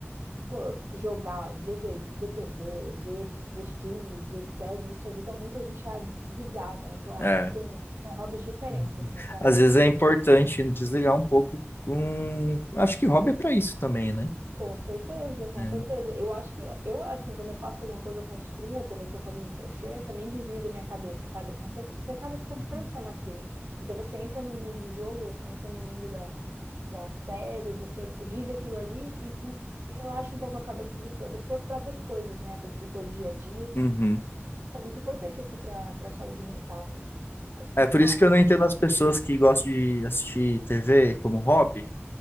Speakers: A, on the right (about 90°); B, on the left (about 55°).
A: pô, jogar, ver, des- ver TV, ver, ver filmes, ver séries, isso ajuda muito a gente a desligar, né? Então,
B: É.
A: acho que tem,
B: é.
A: são hobbies diferentes,
B: Uhum.
A: assim, são
B: Às
A: hobbies
B: vezes
A: que,
B: é importante desligar um pouco com. Acho que hobby é pra isso também, né?
A: com certeza, com
B: É.
A: certeza. Eu acho que, eu, assim, quando eu faço alguma coisa, eu construo, quando eu tô fazendo crochê, eu também desligo a minha cabeça, sabe? Eu concentro, você acaba se concentrando
B: Uhum.
A: só naquilo. Então, você entra no mundo do jogo, você entra no mundo da, da série, você vive aquilo ali e hum, relaxa um pouco a cabeça dos, das suas próprias coisas, né? Do, do teu dia a dia.
B: Uhum.
A: É muito importante, assim, pra, pra saúde mental, né? Eu acho
B: É
A: muito
B: por
A: massa.
B: isso que eu não
A: assim.
B: entendo as pessoas que gostam de assistir TV como hobby,